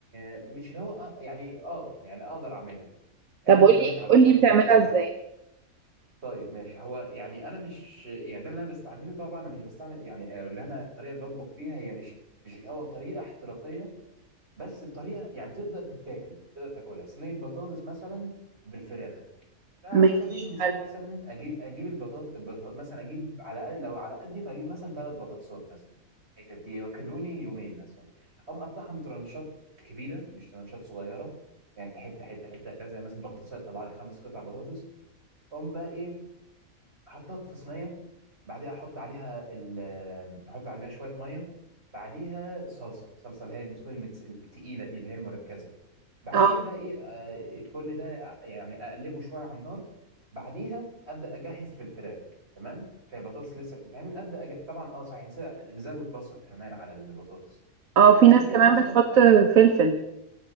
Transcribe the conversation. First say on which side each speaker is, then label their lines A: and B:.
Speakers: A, on the right (about 45°); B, on the right (about 65°).
A: آه، مش اللي هو آه يعني اه يعني اقدر اعملها يعني
B: طب
A: انا
B: قولي
A: هقول لك على
B: قولي
A: الخطوات
B: بتعملها
A: اللي...
B: ازاي
A: طيب ماشي هو يعني انا مش يعني ده اللي انا بستعمله طبعا انا مش بستعمل يعني آه، اللي انا الطريقة اللي بطبخ بيها هي مش مش اللي هو طريقة احترافية بس بطريقة يعني تقدر تتاكل تقدر تاكلها صينية بطاطس مثلا بالفراخ فعلى
B: ماشي
A: سبيل المثال مثلا اجيب اجيب البطاط البطا- مثلا اجيب على قد- لو على قدي فاجيب مثلا ثلاث بطاطسات مثلا هيك دي ياكلوني يومين مثلا اقوم اقطعهم ترانشات كبيره مش ترانشات صغيره يعني حته حته حته كذا يعني مثلا بطاطس تطلع لي خمس قطع بطاطس اقوم بقى ايه احطها في صينيه بعديها احط عليها ال- احط عليها شويه ميه بعديها صلصه صلصه اللي هي اللي بتكون المتس- التقيله دي اللي هي المركزه بعديها
B: اه
A: بقى ايه آه، كل ده آه، يعني اقلبه شويه على النار بعديها ابدا اجهز في الفراخ تمام فالبطاطس لسه بتتعمل ابدا أج... طبعا اه صحيح نس- نزود بصل كمان على البطاطس
B: اه في
A: بعد
B: ناس
A: كده
B: كمان
A: مثلا
B: بتحط
A: آه،
B: فلفل